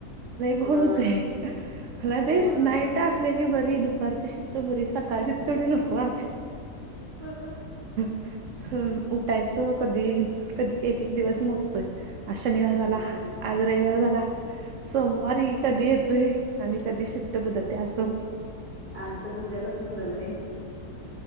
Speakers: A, on the right; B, on the right.
A: लई घोळ
B: हा
A: हुतंय मला ते
B: होय
A: नाईट
B: होय
A: असलेली बरी दुपारची शिफ्ट बरी सकाळची तेवढं नको वाटतंय.
B: ह ह.
A: ह उठायचं कधी कधी एक एक दिवस मो होय आज शनिवार झाला
B: हम्म
A: आज रविवार झाला. सोमवारी इ कधी येतोय आणि कधी शिफ्ट बदलत्या अस
B: आमच तर उद्यापासून बदल